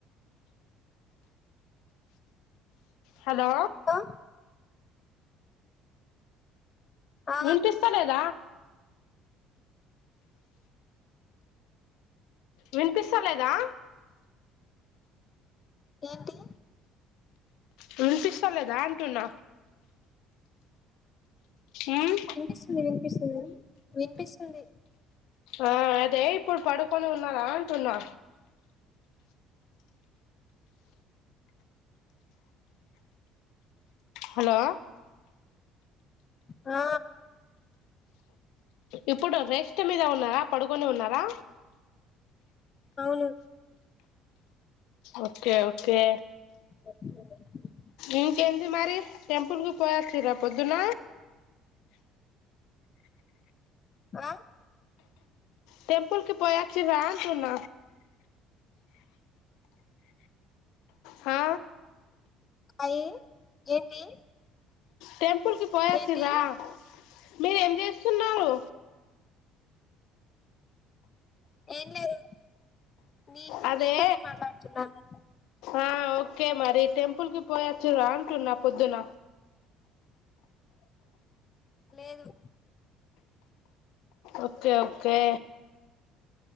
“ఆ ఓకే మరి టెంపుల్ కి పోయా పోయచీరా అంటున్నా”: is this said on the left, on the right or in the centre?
Left